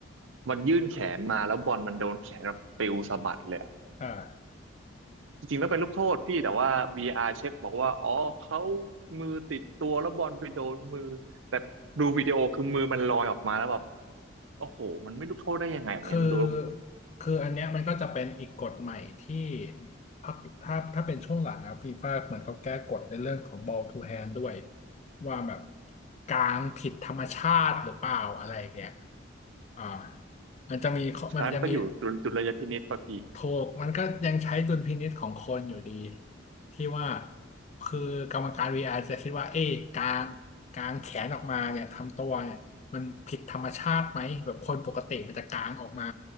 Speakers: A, on the right; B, on the left.
A: มันยื่นแขนมาแล้วบอลมันโดนแขนแบบปลิวสะบัดเลยอะ
B: เออ
A: จริงๆแล้วเป็นลูกโทษพี่แต่ว่า VR เช็คบอกว่าอ๋อเขามือติดตัวแล้วบอลไปโดนมือแต่ดูวิดีโอคือมือมันลอยออกมาแล้วแบบโอ้โหมันไม่ลูกโทษได้ยังไงอย่างเงี้ยดูแล้ว
B: คือคืออันเนี้ยมันก็จะเป็นอีกกฎใหม่ที่พักถ้าถ้าเป็นช่วงหลังอะฟีฟ่าเหมือนเขาแก้กฎในเรื่องของ ball to hand ด้วยว่าแบบกลางผิดธรรมชาติหรือเปล่าอะไรอย่างเงี้ยอ่ามันจะมีข้อมันจะมี
A: สุดท้ายมันก็อยู่ดุลดุลยพินิจป่ะพี่
B: ถูกมันก็ยังใช้ดุลพินิจของคนอยู่ดีที่ว่าคือกรรมการ VR จะคิดว่าเอ๊ะกางกางแขนออกมาเนี่ยทำตัวเนี่ยมันผิดธรรมชาติไหมแบบคนปกติมันจะกางออกมา